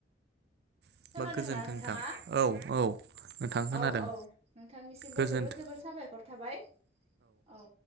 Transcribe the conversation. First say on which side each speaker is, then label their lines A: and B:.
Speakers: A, on the right; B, on the right.
A: होमबा
B: खोनादोंना
A: गोजोन्थों
B: नोंथाङा
A: नोंथां औ औ नोंथां खोनादों
B: औ औ नोंथांनिसिमबो
A: गोजोन्थों
B: जोबोद जोबोद साबायखर थाबाय औ